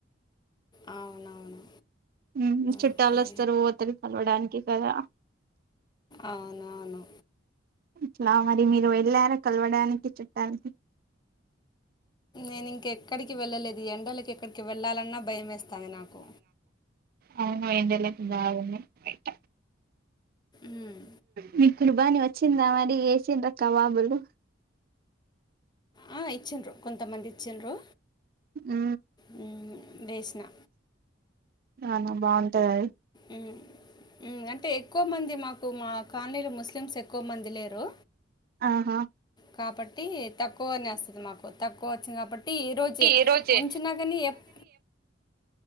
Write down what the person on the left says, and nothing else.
అవునవును
ఓకే
అవునవును
నేను ఇంక ఎక్కడికి వెళ్ళలేదు ఎండలకు ఎక్కడికి వెళ్ళాలన్నా భయం వేస్తుంది నాకు
మ్మ్.
ఆ ఇచ్చిండ్రు కొంతమంది ఇచ్చిండ్రు
మ్మ్, వేసిన
ఉ ఉమ్ అంటే ఎక్కువ మంది మాకు మా కాలనీలో ముస్లిమ్స్ ఎక్కువ మంది దిలేరు
కాబట్టి తక్కువనే వస్తుంది మాకు తక్కువ వచ్చింది కాబట్టి ఈరోజు
ఉంచినా కానీ ఎప్